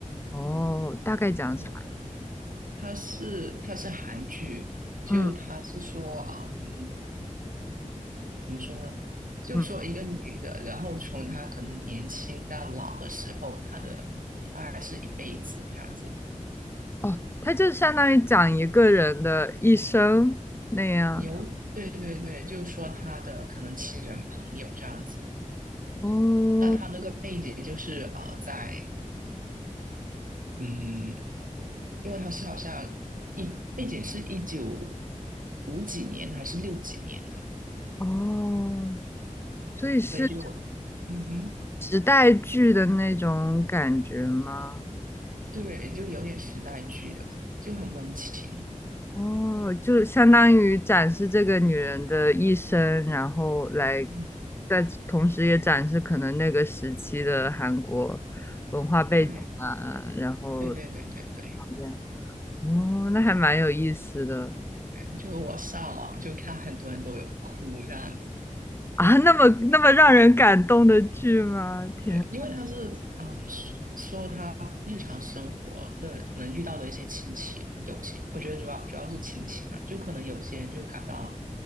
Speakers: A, on the left; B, on the right.
A: 哦，大概讲啥？
B: 就它是它是韩剧，就它是说啊，
A: 嗯
B: 嗯。怎么说呢？就说一个女的，
A: 嗯，
B: 然后从她可能年轻到老的时候，她的大概是一辈子这样子。
A: 哦，它就相当于讲一个人的一生那样。
B: 有，对对对，就说她的可能亲人朋友这样子。
A: 哦
B: 那她那个背景就是呃，在嗯，因为她是好像一背景是一九五几年还是六几年的，
A: 哦，所以是
B: 所以就我嗯哼，
A: 时代剧的那种感觉吗？
B: 对，就有点时代剧的，就很温情。
A: 哦，就相当于展示这个女人的一生，然后来，
B: 嗯，
A: 在同时也展示可能那个时期的韩国文化背景啊，
B: 对
A: 然后
B: 对对对对对。
A: 这样，哦，那还蛮有意思的
B: 对，就我上网就看很多人都有哭这样子，
A: 啊，那么那么让人感动的剧吗？天，
B: 对，因为他是嗯说他日常生活的可能遇到的一些亲情、友情，我觉得主要主要是亲情啊，就可能有些人就感到